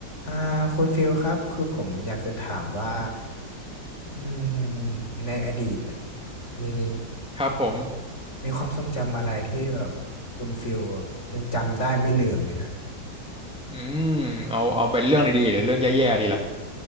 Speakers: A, on the left; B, in the centre.
A: อ่าคุณฟิลครับคือผมอยากจะถามว่าอืมในอดีตเนี่ยมี
B: ครับผม
A: มีความทรงจำอะไรที่แบบคุณฟิลแบบยังจำได้ไม่ลืมไหมฮะ
B: อืมเอาเอาเป็นเรื่องดีๆหรือเรื่องแย่ๆดีล่ะ